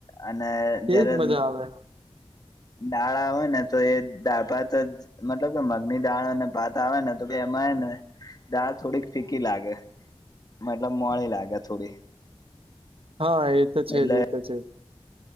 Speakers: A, on the left; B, on the right.
A: અને જ્યારે
B: એજ મજા આવે
A: દાળ આવે ને તો એ દાળ ભાંતજ મતલબ કે મગની દાળ અને ભાત આવે ને તો બે એમાં હેને દાળ થોડીક ફીકી લાગે મતલબ મોળી લાગે થોડી
B: હા એ તો છે
A: એટલે
B: જ એ તો છે.